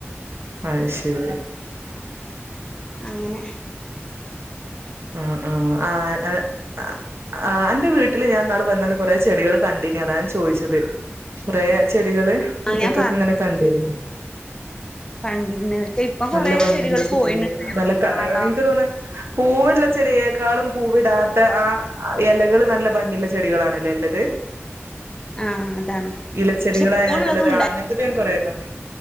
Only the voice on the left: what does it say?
അങ്ങനെ
ആ
ഞാൻ പറഞ്ഞ
കണ്ടിരുന്നു പക്ഷെ ഇപ്പൊ കൊറേ
പോയിണ്
താറാവ്
ആ അതാണ്
പക്ഷെ പൂവുള്ളതും
ഉണ്ടായി